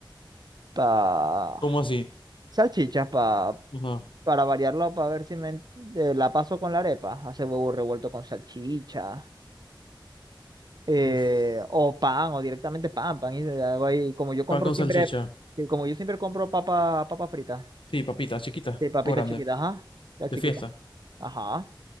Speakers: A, on the right (about 55°); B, on the left (about 80°).
A: pa...
B: ¿Cómo así?
A: salchichas pa...
B: Ajá.
A: para variarlo, para ver si me... eh, la paso con la arepa. hacer huevo revuelto con salchicha. eh,
B: Uf.
A: o pan, o directamente pan, pan y de algo ahí. Como yo compro
B: Pan con
A: siempre,
B: salchicha.
A: sí, como yo siempre compro papa, papa frita,
B: Sí, papita, chiquita
A: sí, papita
B: o grande,
A: chiquita, ajá, la chiquita,
B: de fiesta.
A: ajá.